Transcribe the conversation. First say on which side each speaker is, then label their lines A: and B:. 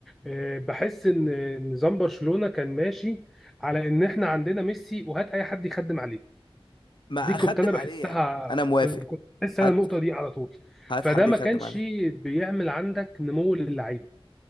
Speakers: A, in the centre; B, on the left.
A: آه، بحس ان نظام برشلونة كان ماشي على ان احنا عندنا ميسي وهات اي حد يخدم عليه
B: ما
A: دي كنت
B: اخدم
A: انا بحسها
B: عليه يعني. انا موافق
A: بس كنت بحس انا
B: هات
A: النقطة دي على طول
B: هات
A: فده
B: حد يخدم
A: ما كانش
B: عليه
A: بيعمل عندك نمو للعيبة